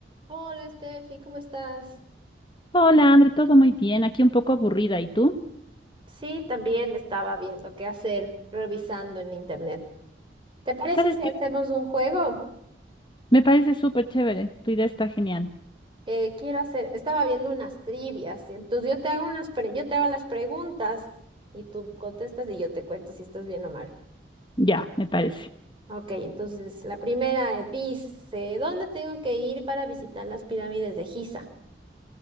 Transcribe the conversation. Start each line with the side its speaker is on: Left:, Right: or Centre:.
Right: Hola, Steffi, ¿cómo estás?
Left: Hola, André, todo muy bien. Aquí un poco aburrida. ¿Y tú?
Right: Sí, también estaba viendo qué hacer, revisando en internet. ¿Te parece
Left: ¿Sabes
Right: si
Left: qué?
Right: hacemos un juego?
Left: Me parece súper chévere. Tu idea está genial.
Right: Eh, quiero hacer, estaba viendo unas trivias, y entonces yo te hago unas, pre- yo te hago las preguntas y tú contestas y yo te cuento si estás bien o mal.
Left: Ya, me parece.
Right: Ok, entonces la primera eh, dice, ¿dónde tengo que ir para visitar las pirámides de Giza?